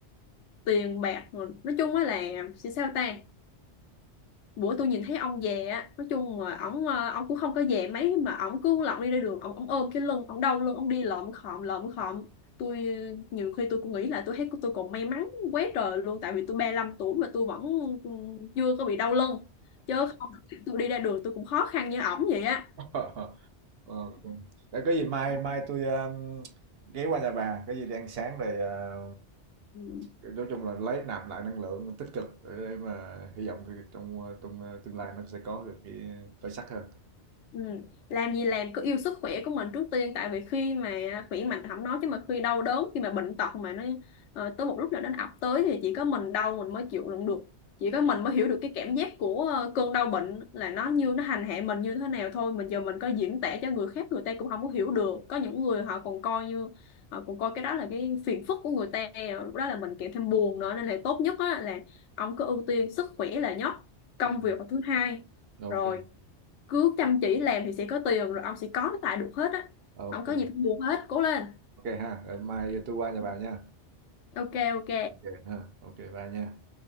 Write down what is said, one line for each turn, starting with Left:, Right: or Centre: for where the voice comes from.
Left: tiền bạc rồi. nói chung á là sẽ sao ta bữa tôi nhìn thấy ông về á nói chung là ổng ờ, ổng cũng không có về mấy mà ổng cứ lọng đi ra đường ổng ổng ôm cái lưng ổng đau lưng ổng đi lợm khọm lợm khọm tôi ờ, nhiều khi tôi cũng nghĩ là tôi thấy tôi còn may mắn quá trời luôn tại vì tôi ba lăm tuổi mà tôi vẫn ừ, chưa có bị đau lưng chứ không tôi đi ra đường tôi cũng khó khăn như ổng vậy á
Right: <laughs> Ờ, ừm. Để có gì mai
Left: Đó.
Right: mai tôi a, ghé qua nhà bà, cái gì đi ăn sáng rồi, à,
Left: Ừ.
Right: nói chung là lấy nạp lại năng lượng tích cực để mà hy vọng cái trong, a, trong, tương lai nó sẽ có được cái khởi sắc hơn.
Left: Ừ. Làm gì làm cứ yêu sức khỏe của mình trước tiên tại vì khi mà khỏe mạnh không nói chứ mà khi đau đớn khi mà bệnh tật mà nó ờ, tới một lúc nào nó ập tới thì chỉ có mình đau mình mới chịu đựng được chỉ có mình mới hiểu được cái cảm giác của ờ, cơn đau bệnh là nó như nó hành hạ mình như thế nào thôi mình giờ mình có diễn tả cho người khác người ta cũng không có hiểu được có những người họ còn coi như họ còn coi cái đó là cái phiền phức của người ta lúc đó là mình kèm thêm buồn nữa nên là tốt nhất á, là ông cứ ưu tiên sức khỏe là nhất công
Right: Ừm,
Left: việc là thứ hai
Right: ok,
Left: rồi cứ chăm chỉ làm thì sẽ có tiền rồi ông sẽ có lại được hết á
Right: ok
Left: không
Right: kê,
Left: có gì phải buồn hết cố lên
Right: ha, để mai tôi qua nhà bà nha.
Left: ok ok
Right: Ok ha, ok bà bye nha.